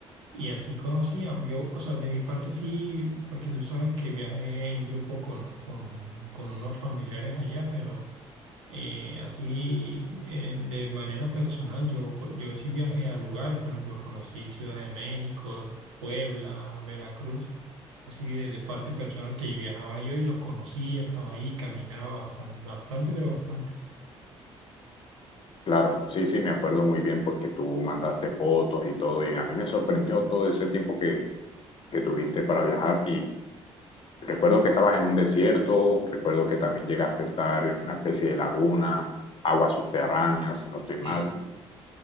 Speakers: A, on the right; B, on the left.
A: Y así conocía, yo, o sea, de mi parte sí, porque tú sabes que viajé en grupo con, con, con unos familiares allá, pero eh, así eh, de manera personal, yo, po- yo sí viajé a lugares, por ejemplo, conocí Ciudad de México, Puebla, Veracruz, así de, de parte personal que viajaba yo y los conocía, estaba ahí, caminaba bastante, bastante, pero bastante.
B: Claro, sí, sí, me acuerdo muy bien porque tú mandaste fotos y todo, y a mí me sorprendió todo ese tiempo que, que tuviste para viajar Recuerdo que estabas en un desierto, recuerdo que también llegaste a estar en una especie de laguna, aguas subterráneas, si no estoy mal.
A: Sí,